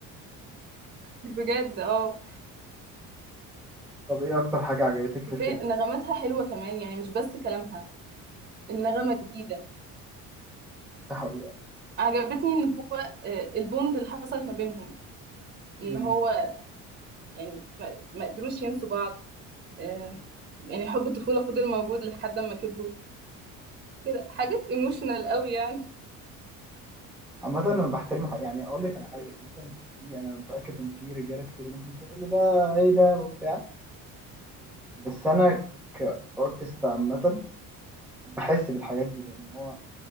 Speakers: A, on the right (about 30°); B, in the centre.
A: بجد اه
B: طب ايه اكتر حاجه عجبتك
A: كفاية
B: في الفيلم
A: نغماتها حلوة كمان يعني مش بس كلامها النغمة جديدة
B: ده حقيقة
A: عجبتني ان هو آه، البوند اللي حصلت ما بينهم ان
B: مم.
A: هو يعني ما ما قدروش ينسوا بعض آه، يعني حب الطفولة فضل موجود لحد ما كبروا كده حاجات ايموشنال قوي يعني
B: عامة أنا بحترم حق يعني أقول لك على حاجة ممكن في أنا متأكد إن في رجالة كتير ممكن تشوف اللي ده إيه ده وبتاع بس أنا كأرتست عامة بحس بالحاجات دي لأن هو